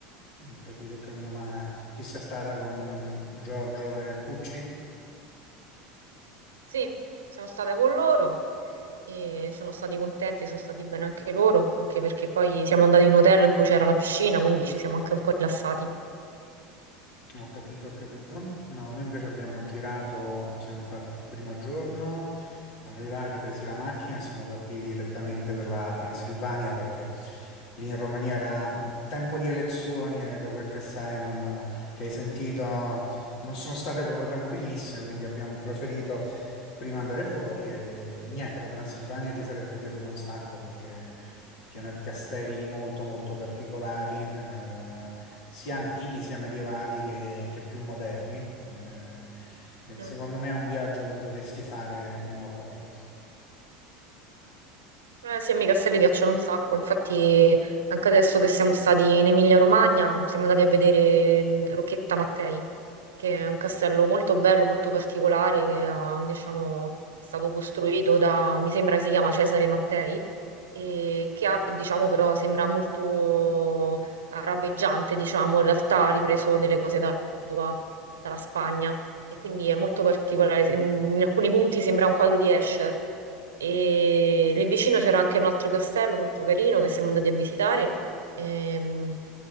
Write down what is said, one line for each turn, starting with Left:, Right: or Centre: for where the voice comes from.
Left: Ho capito, ho capito male. Chi sia stata con mm, Giorgio e Pucci?
Right: Sì, siamo state con loro. e sono stati contenti, sono stati bene anche loro, anche perché poi siamo andati in un hotel in cui c'era la piscina, quindi ci siamo anche un po' rilassati.
Left: Ho capito, ho capito. No, noi invece abbiamo girato, siamo fatti il primo giorno, arrivati, presi la macchina, siamo partiti direttamente per la Transilvania perché lì in Romania era tempo di elezioni e da quel che sai, non- che hai sentito, non sono state proprio tranquillissime, quindi abbiamo preferito prima andare fuori e, e niente, la Transilvania ti sarebbe piaciuta un sacco perché è piena di castelli molto molto particolari, eh, sia antichi sia medievali che, che più moderni. Eh, eh, secondo
Right: Mm.
Left: me è un viaggio che dovresti fare prima o poi.
Right: Eh, sì, a me i castelli piacciono un sacco, infatti anche adesso che siamo stati in Emilia-Romagna siamo andati a vedere mm, Rocchetta Mattei, che è un castello molto bello, molto particolare, che ha, diciamo, è stato costruito da, mi sembra si chiama Cesare Mattei, e che ha, diciamo, però sembra molto arabeggiante, diciamo, in realtà ha ripreso delle cose da- dalla Spagna e quindi è molto particolare. Se- In alcuni punti sembra un quadro di Escher e lì vicino c'era anche un altro castello molto carino che siamo andati a visitare. Ehm,